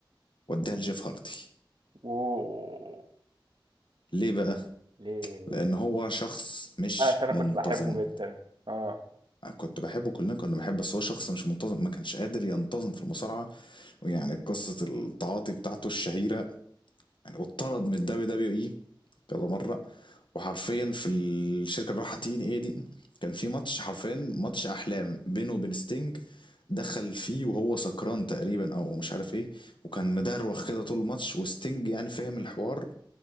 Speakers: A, on the left; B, on the right.
A: واديها لجيف هارتي
B: و
A: ليه بقى
B: ليه
A: لان هو شخص مش
B: عشان انا
A: منتظم
B: كنت بحبه جدا اه
A: كنت بحبه كلنا كنا بنحبه بس هو شخص مش منتظم ما كانش قادر ينتظم في المصارعة ويعني قصة التعاطي بتاعته الشهيرة يعني واتطرد من الدبليو دبليو اي كذا مره وحرفيا في الشركه اللي راحه تي ان اي دي كان في ماتش حرفيا ماتش احلام بينه وبين ستينج دخل فيه وهو سكران تقريبا او مش عارف ايه وكان مدروخ كده طول الماتش وستينج يعني فاهم الحوار